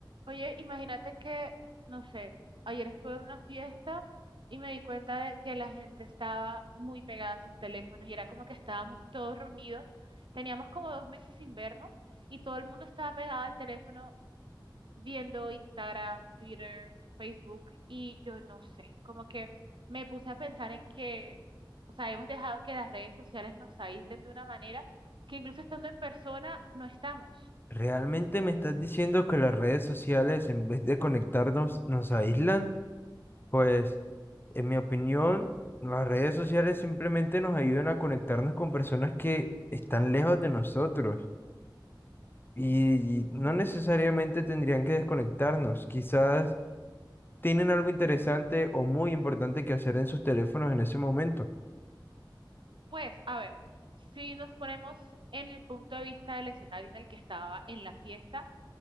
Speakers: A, on the right; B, on the left.
A: Oye, imagínate que, no sé, ayer estuve en una fiesta y me di cuenta de que la gente estaba muy pegada a sus teléfonos y era como que estábamos todos reunidos, teníamos como dos meses sin vernos y todo el mundo estaba pegado al teléfono viendo Instagram, Twitter, Facebook y yo no sé, como que me puse a pensar en que, o sea, hemos dejado que las redes sociales nos aíslen de una manera que incluso estando en persona no estamos.
B: ¿Realmente me estás diciendo que las redes sociales, en vez de conectarnos, nos aíslan? Pues, en mi opinión, las redes sociales simplemente nos ayudan a conectarnos con personas que están lejos de nosotros y no necesariamente tendrían que desconectarnos. Quizás tienen algo interesante o muy importante que hacer en sus teléfonos en ese momento.
A: Pues, a ver, si nos ponemos en el punto de vista del escenario en el que estaba en la fiesta,